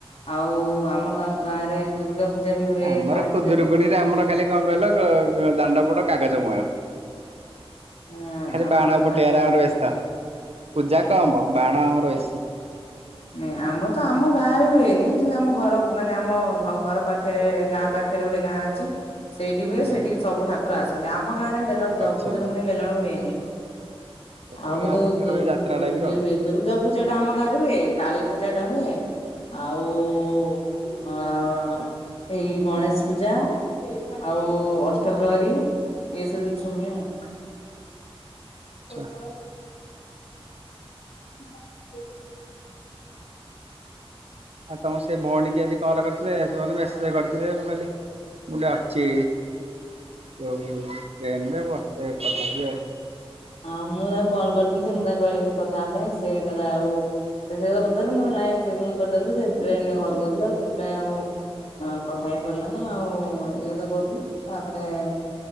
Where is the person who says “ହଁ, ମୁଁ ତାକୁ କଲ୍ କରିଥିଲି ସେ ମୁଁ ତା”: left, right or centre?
Left